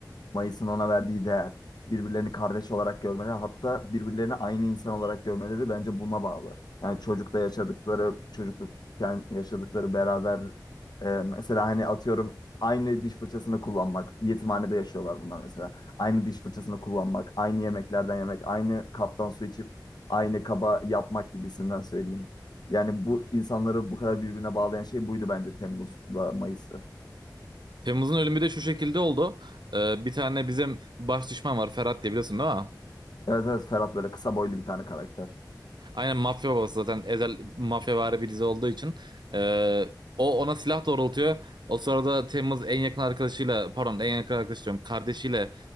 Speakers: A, on the left; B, on the right.
A: Mayıs'ın ona verdiği değer, birbirlerini kardeş olarak görmeleri, hatta birbirlerini aynı insan olarak görmeleri bence buna bağlı. Yani çocukta yaşadıkları, çocuklukken yaşadıkları beraber e, mesela hani atıyorum aynı diş fırçasını kullanmak, yetimhanede yaşıyorlar bunlar mesela. Aynı diş fırçasını kullanmak, aynı yemeklerden yemek, aynı kaptan su içip aynı kaba yapmak gibisinden söyleyeyim. Yani bu insanları bu kadar birbirine bağlayan şey buydu bence Temmuz'la Mayıs'ı.
B: Temmuz'un ölümü de şu şekilde oldu. Ee, bir tane bizim baş düşman var Ferhat diye biliyorsun değil mi?
A: Evet evet Ferhat böyle kısa boylu bir tane karakter.
B: Aynen mafya babası zaten ezel mafyavari bir dizi olduğu için. Ee, o ona silah doğrultuyor. O sırada Temmuz en yakın arkadaşıyla pardon en yakın arkadaş diyorum kardeşiyle